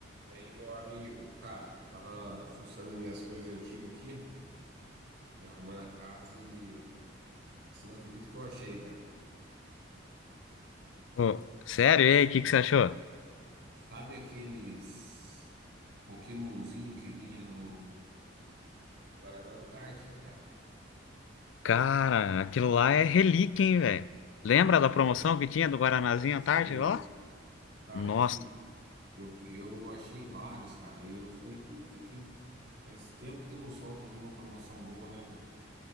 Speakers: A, on the right; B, on the left.
A: E aí, meu amigo, cara, tava fuçando as minhas coisas antigas aqui, arrumando a casa e você não acredita o que eu achei, cara.
B: Ô, sério? E aí, o que que você achou?
A: Sabe aqueles Pokémonzinho que vinha no Guaraná Antártica, cara?
B: Cara, aquilo lá é relíquia, hein, velho?
A: Sim,
B: Lembra da promoção que tinha do Guaranazinho
A: sim.
B: à tarde lá?
A: Cara,
B: Nossa,
A: que eu, eu achei vários, cara. E eu falei, puta, que faz tempo que não soltam nenhuma promoção boa, né, cara?